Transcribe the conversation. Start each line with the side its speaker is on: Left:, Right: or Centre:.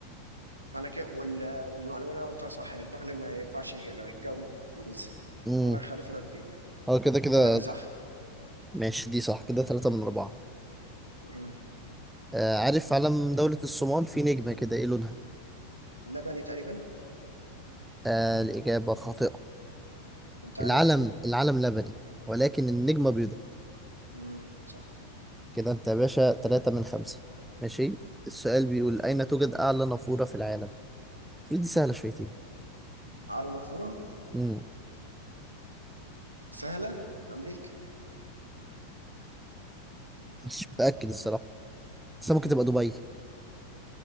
Right: فانا كده وال... والمعلومه اللي انا قلتها صح ان البغل ما ينفعش يج- لا يتجوز
Centre: امم
Right: ولا يخلف ولا تبيع
Centre: هو كده كده
Right: فانا دي
Centre: ده.
Right: صح
Centre: ماشي دي صح كده ثلاثة من أربعة
Right: مم.
Centre: آه عارف علم دولة الصومال في نجمة كده ايه لونها؟
Right: لبني تقريبا
Centre: آه الإجابة خاطئة
Right: انت عارف
Centre: العلم العلم لبني ولكن النجمة بيضاء
Right: مم. صح
Centre: كده انت يا باشا ثلاثة من خمسة ماشي السؤال بيقول أين توجد أعلى نافورة في العالم؟ المفروض دي سهلة شويتين
Right: على نافوره
Centre: امم
Right: سهله امريكا
Centre: مش متأكد الصراحة بس ممكن تبقى دبي